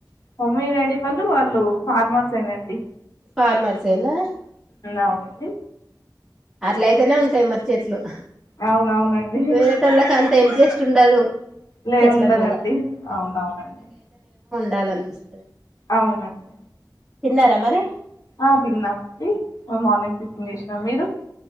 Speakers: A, on the left; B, in the centre.
A: మమ్మీ డాడీ వాళ్ళు వాళ్ళు ఫార్మర్స్ేనండి
B: ఫార్మర్స్నా
A: అవునండి
B: అట్ల అయితేనే ఉంటాయి మరి చెట్లు
A: అవునవునండి
B: వేరటలా కంత తెలిపేస్ట్ ఉండదు
A: లే
B: చెట్ల
A: ఉండదండి
B: మీద
A: అవునవునండి
B: చాలనిపిస్తే
A: అవునండి
B: తిన్నారా మరి
A: ఆ తిందామండి మార్నింగ్ టిఫిన్ చేసినాం మీరు